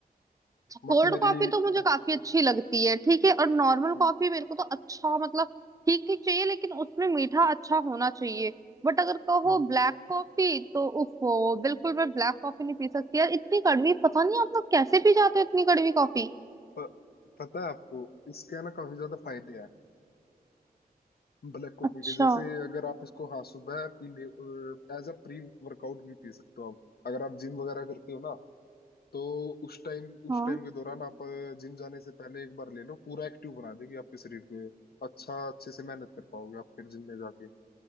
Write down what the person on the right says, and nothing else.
कोल्ड
कॉफी तो मुझे
काफी अच्छी लगती है ठीक है और नॉर्मल
कॉफी मेरे को तो अच्छा मतलब ठीक ठीक चाहिए लेकिन उसमें मीठा अच्छा होना चाहिए बट अगर कहो
ब्लैक कॉफी तो उफो बिल्कुल मैं ब्लैक कॉफी नहीं पी सकती यार इतनी कड़वी पता नहीं आप लोग कैसे पी जाते हो इतनी कड़वी कॉफी
अच्छा
हाँ